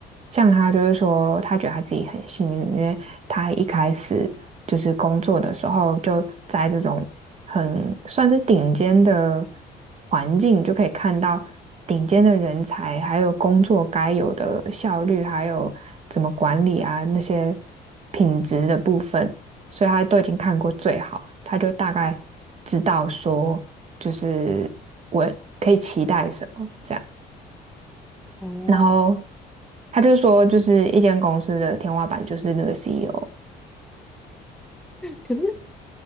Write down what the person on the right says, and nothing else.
像他就是说，他觉得他自己很幸运，因为他一开始就是工作的时候就在这种很算是顶尖的环境，就可以看到顶尖的人才，还有工作该有的效率，还有怎么管理啊那些品质的部分。所以他都已经看过最好，他就大概知道说，就是我可以期待什么这样。
然后他就说，就是一间公司的天花板就是那个 CEO，